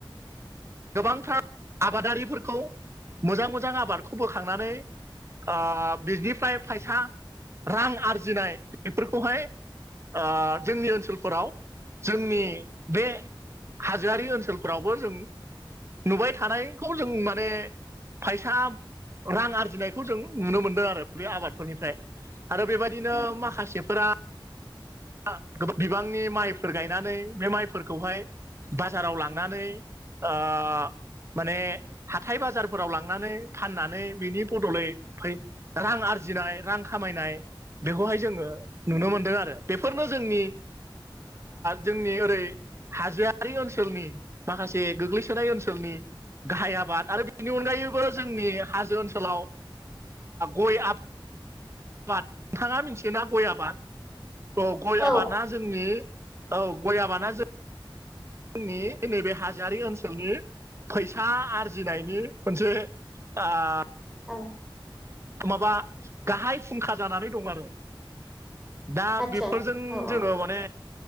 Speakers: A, on the right; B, in the centre.
A: गोबांथ्रा आबादारिफोरखौ मोजां मोजां आबारखौ बोखांनानै आ बिनिफ्राय फैसा रां आरजिनाय बेफोरखौहाय अ जोंनि ओनसोलफोराव जोंनि बे हाजोआर ओनसोलफोरावबो जों नुबाय थानायखौ जों माने फैसा रां आरजिनायखौ जों नुनो मोनदों आरो बे आबादफोरनिफ्राय आरो बेबायदिनो माखासेफोरा बां बिबांनि माइफोर गायनानै बे माइफोरखौहाय बाजाराव लांनानै आ माने हाथाय बाजारफोराव लांनानै फाननानै बिनि बदलै फै रां आरजिनाय रां खामायनाय बेखौहाय जोङो नुनो मोनदों आरो बेफोरनो जोंनि जोंनि ओरै हाजोआरि ओनसोलनि माखासे गोग्लैसोनाय ओनसोलनि गाहाय आबाद आरो बिनि अनगायैबो जोंनि हाजो ओनसोलाव गय आबाद आबाद नोंथाङा मिथियोना गय आबाद अ गय
B: औ
A: आबादा जों जों औ गय आबादा जों जोंनि नैबे हाजोआरि ओनसोलनि फैसा आरजिनायनि मोनसे आ
B: औ
A: माबा गाहाय फुंखा जानानै दं आरो दा
B: आतसा
A: बेफोरजों
B: औ औ
A: जोङो माने